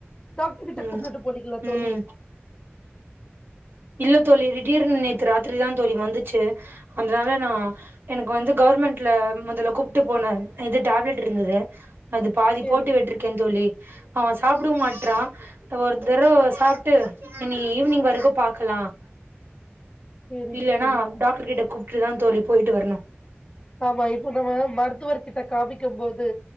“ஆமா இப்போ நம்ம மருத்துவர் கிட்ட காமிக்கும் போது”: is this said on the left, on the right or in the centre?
Left